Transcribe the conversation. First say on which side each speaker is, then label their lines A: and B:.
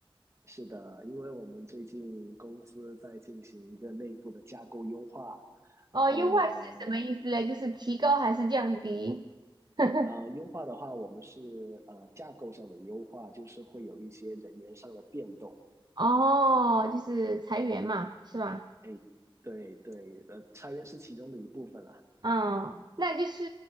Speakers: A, on the right (about 30°); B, on the right (about 50°).
A: 是的，因为我们最近公司在进行一个内部的架构优化，
B: 哦，
A: 然后呢，
B: 优化是什么意思呢？就是提高还是降低？<laughs>
A: 呃，优化的话，我们是呃架构上的优化，就是会有一些人员上的变动。
B: 哦，就是裁员嘛，是吧？
A: 哎，对对，呃，裁员是其中的一部分啦。
B: 嗯，那就是